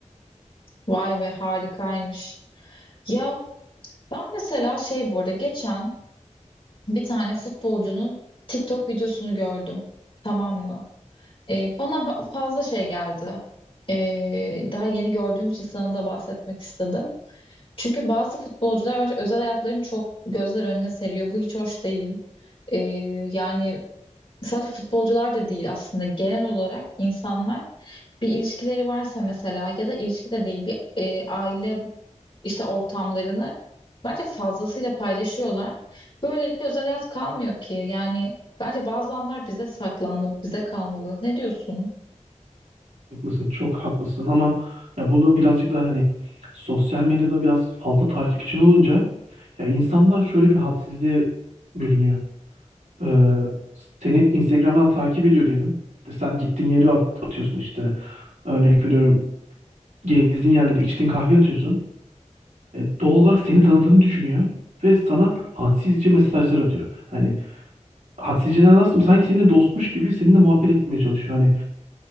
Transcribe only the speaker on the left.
Vay be harikaymış. Ya ben mesela şey bu arada geçen bir tane futbolcunun TikTok videosunu gördüm. Tamam mı? Ee, bana ba- fazla şey geldi. Ee, daha yeni gördüğüm için sana da bahsetmek istedim. Çünkü bazı futbolcular bence özel hayatlarını çok gözler önüne seriyor. Bu hiç hoş değil. Ee, yani sadece futbolcular da değil aslında genel olarak insanlar bir ilişkileri varsa mesela ya da ilişki de değil bir e, aile işte ortamlarını bence fazlasıyla paylaşıyorlar. Böylelikle özel hayat kalmıyor ki. Yani bence bazı anlar bize saklanmalı, bize kalmalı. Ne diyorsun?